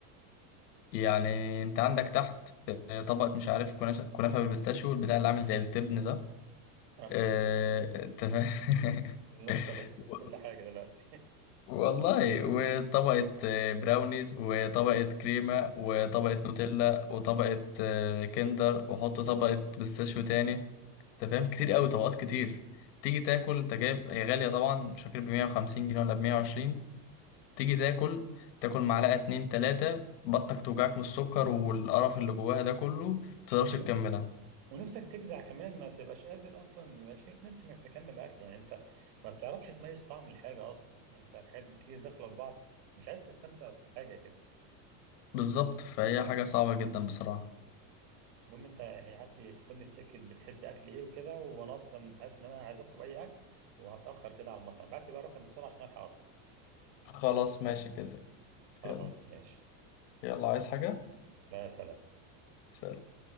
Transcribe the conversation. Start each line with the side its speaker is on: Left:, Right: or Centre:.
Left: يعني انت عندك تحت آه، طبقة مش عارف كنافة كنافة بالبيستاشيو والبتاع اللي عامل زي التبن ده
Right: <laughs>
Left: آه، انت فاهم
Right: النص
Left: <laughs>
Right: العيب
Left: و-
Right: في كل حاجة دلوقتي
Left: والله وطبقة آه، براونيز وطبقة كريمة وطبقة نوتيلا وطبقة آه، كندر وحط طبقة بيستاشيو تاني انت فاهم كتير قوي طبقات كتير تيجي تاكل انت جايب هي غالية طبعا مش فاكر ب 150 جنيه ولا ب 120 تيجي تاكل تاكل معلقة اتنين تلاتة بطنك توجعك من السكر والقرف اللي جواها ده كله
Right: <laughs>
Left: متقدرش
Right: ون-
Left: تكملها
Right: ونفسك تجزع كمان ما تبقاش قادر أصلا يبقى شايف نفسك إنك تكمل الأكل يعني أنت ما بتعرفش تميز طعم الحاجة أصلا أنت الحاجات دي كتير داخلة في بعض مش عايز تستمتع بحاجة كده
Left: بالظبط فهي حاجة صعبة جدا بصراحة
Right: المهم أنت يعني قعدت تاخدني في سكة بتحب أكل إيه وكده وأنا أصلا أنت عارف إن أنا عايز أطلب أي أكل وهتأخر كده على المطعم بعت لي بقى رقم بسرعة عشان ألحق أطلب
Left: خلاص ماشي كده
Right: خلاص
Left: يلا
Right: ماشي
Left: يلا عايز حاجة؟
Right: لا سلام
Left: سلام.